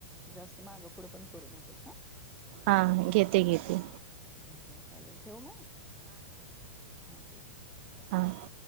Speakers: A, in the centre; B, on the right.
A: जास्त मागं पुुडं पण करू नकोसा.
B: हा, घेते घेते.
A: ठीक आहे चालेल ठेवू मग ''हां'' ठीक आहे.
B: ''हां''